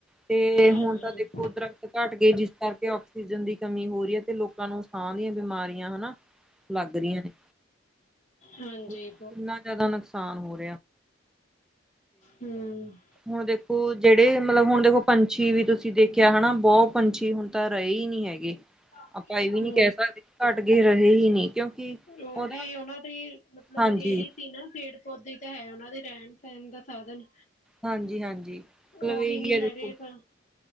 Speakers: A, in the centre; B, on the left.
A: ਤੇ ਹੁਣ
B: ਹਾਂਜੀ,
A: ਤਾਂ ਦੇਖੋ ਦਰਖਤ ਘੱਟ ਗਏ ਜਿਸ ਕਰਕੇ ਆਕਸੀਜਨ ਦੀ ਕਮੀ ਹੋ ਰਹੀ ਹੈ ਤੇ ਲੋਕਾਂ ਨੂੰ ਸਾਹ ਦੀਆਂ ਬਿਮਾਰੀਆਂ ਹਨਾ ਲੱਗ ਰਹੀਆਂ ਨੇ
B: ਹਾਂਜੀ
A: ਕਿੰਨਾ ਜ਼ਿਆਦਾ ਨੁਕਸਾਨ ਹੋ ਰਿਹਾ
B: ਹਮ
A: ਹੁ ਦੇਖੋ ਜ ਜਿਹੜੇ ਮਤਲਬ ਹੁਣ ਦੇਖੋ ਪੰਛੀ ਵੀ ਤੁਸੀਂ ਦੇਖਿਆ ਹਨਾ ਬਹੁਤ ਪੰਛੀ ਹੁਣ ਤਾਂ ਰਹੇ ਹੀ ਨਹੀਂੀ ਹੈਗੇ
B: ਹਮ
A: ਆਪਾਂ ਇਹ ਵੀ ਨਹੀਂ ਕਹਿ ਸਕਦੇ ਘੱਟ ਗਏ ਰਹੇ ਹੀ ਨਹੀਂ ਕਿਉਂਕਿ
B: ਉਹ
A: ਉਹਦਾ
B: ਵੀ ਉਹਨਾਂ ਦੀ ਮਤਲਬ
A: ਹਾਂਜੀ
B: ਇਹੀ ਸੀ ਨਾ ਪੇੜ ਪੌਦੇ ਦੀ ਹੈ ਉਹਨਾਂ ਦੇ ਰਹਿਣ ਸਹਿਣ ਦਾ ਸਾਧਨ
A: ਹਾਂਜੀ ਹਾਂਜੀ ਮਤਲਬ
B: ਉਹੀ
A: ਇਹੀ
B: ਨਹੀਂ
A: ਹੈ
B: ਹੈਗੇ
A: ਦੱਸੋ
B: ਤਾਂ